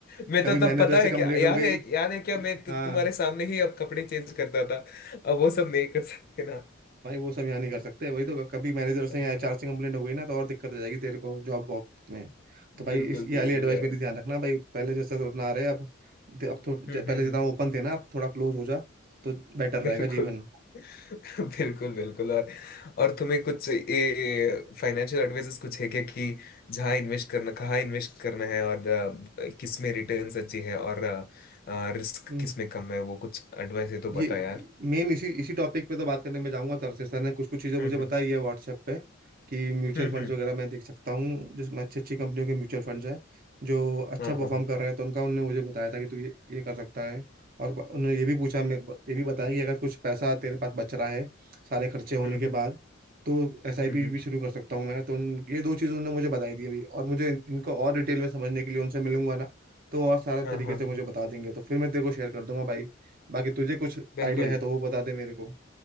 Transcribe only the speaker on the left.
मैं
तो
तब पता
है
क्या याद
है याद है क्या मैं तो
तुम्हारे सामने ही अब कपड़े चेंज करता था अब वो सब नहीं कर सकते ना
हाँ,
बिल्कुल
बिल्कुल
यार
हम्म
हम्म
हम्म,
बिल्कुल
<laughs> बिल्कुल बिल्कुल और और तुम्हें कुछ ये फाइनेंशियल एडवाइसेस कुछ है क्या कि जहाँ इन्वेस्ट करना कहाँ इन्वेस्ट करना है और अ, किस में रिटर्न्स अच्छी है और रिस्क
किस में कम है वो कुछ एडवाइस है तो
बता यार
हम्म
हम्म
हम्म
हम्म
हाँ
हाँ हाँ
हम्म
हम्म
हम्म
हम्म,
हाँ
हाँ हाँ,
बिल्कुल